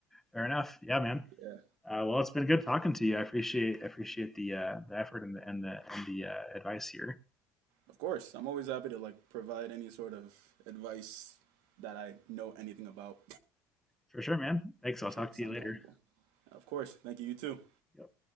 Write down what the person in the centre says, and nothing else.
Fair enough. Yeah, man.
Uh, well, it's been good talking to you. I appreciate appreciate the uh, the effort and the and the and the uh, advice here
for sure, man. Thanks.
I'll
talk
to you later.
Yep.